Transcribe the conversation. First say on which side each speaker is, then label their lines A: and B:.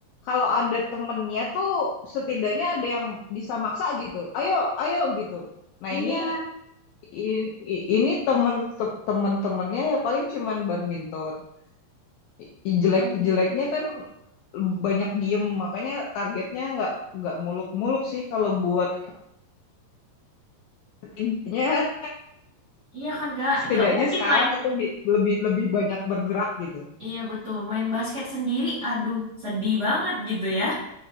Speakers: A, on the left; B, on the right.
A: kalau ada temennya tuh setidaknya ada yang bisa maksa gitu. Ayo ayo gitu. Nah
B: Iya,
A: ini i- i- ini temen te- temen-temennya ya paling cuman badminton. I- i- Jelek-jeleknya
B: kalau
A: kan banyak diem makanya targetnya nggak nggak muluk-muluk sih kalau buat helpingnya
B: iya kan Kak,
A: setidaknya
B: nggak mungkin
A: sekarang
B: main.
A: itu bi- lebih lebih banyak bergerak gitu
B: Iya betul, main basket sendiri, aduh sedih banget gitu ya.